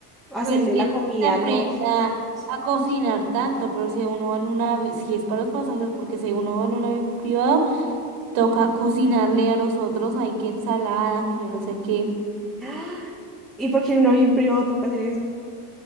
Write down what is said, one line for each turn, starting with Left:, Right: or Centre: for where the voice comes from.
Centre: hacerle
Right: pues que
Centre: la comida
Right: no se aprenda
Centre: a los pasajeros.
Right: a cocinar tanto, pero si uno va en un avión, si es para los pasajeros, porque si uno va en un avión privado, toca cocinarle a los otros, hay que ensalada, que yo no sé qué,
Centre: ¡Ah! ¿Y porque en un avión privado toca hacer eso?